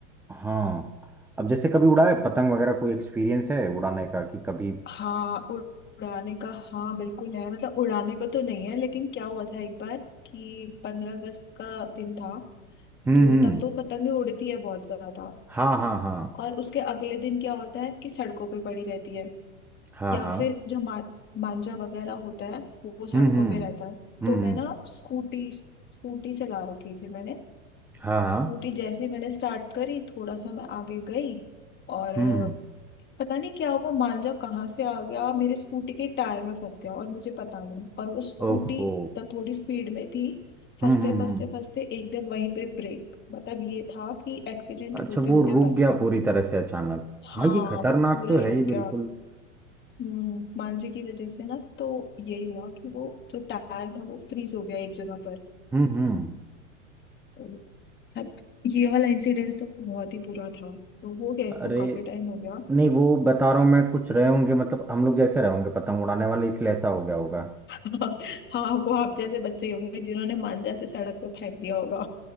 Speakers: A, in the centre; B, on the left (about 30°).
A: हाँ अब जैसे कभी उड़ाए पतंग वगैरह कोई एक्सपीरियंस है उड़ाने का कि कभी
B: हाँ उड़- उड़ाने का हाँ बिल्कुल है मतलब उड़ाने को तो नहीं है लेकिन क्या हुआ था एक बार कि पंद्रह अगस्त का दिन था
A: हम्म
B: तो
A: हम्म
B: तब तो पतंगे उड़ती है बहुत ज्यादा
A: हाँ हाँ हाँ
B: और उसके अगले दिन क्या होता है कि सड़कों पे पड़ी रहती है
A: हाँ
B: या
A: हाँ
B: फिर जो मा, मांझा वगैरह होता है वो सड़कों
A: हम्म हम्म
B: पे रहता है
A: हम्म
B: तो
A: हम्म,
B: मैं ना स्कूटी स्कूटी चला रखी थी मैंने
A: हाँ हाँ
B: स्कूटी जैसे ही मैंने स्टार्ट करी थोड़ा सा मैं आगे गई और
A: हम्म हम्म,
B: पता नहीं क्या वो मांझा कहाँ से आ गया मेरे स्कूटी के टायर में फंस गया और मुझे पता नहीं और वो स्कूटी
A: ओहो
B: तब थोड़ी स्पीड में थी फंसते
A: हम्म हम्म
B: फंसते
A: हम्म
B: फंसते एकदम वहीं पे ब्रेक मतलब ये था कि एक्सीडेंट
A: अच्छा
B: होते
A: वो
B: होते
A: रुक
B: बच
A: गया
B: गया
A: पूरी तरह से अचानक
B: हाँ
A: हाँ ये खतरनाक
B: वो पूरा
A: तो है
B: रुक
A: ही
B: गया
A: बिल्कुल
B: हम्म, मांझे की वजह से ना तो यही हुआ कि वो जो टायर था वो फ्रीज हो गया एक जगह पर
A: हम्म हम्म
B: तो अब ये वाला इंसिडेंस तो बहुत ही बुरा था तो हो गया इसको
A: अरे
B: काफी टाइम हो गया
A: नहीं वो बता रहा हूँ मैं कुछ रहे होंगे मतलब हम लोग जैसे रहे होंगे पतंग उड़ाने वाले इसलिए ऐसा हो गया होगा
B: <laughs> हाँ वो आप जैसे बच्चे ही होंगे जिन्होंने मांझा से सड़क पर फेंक दिया होगा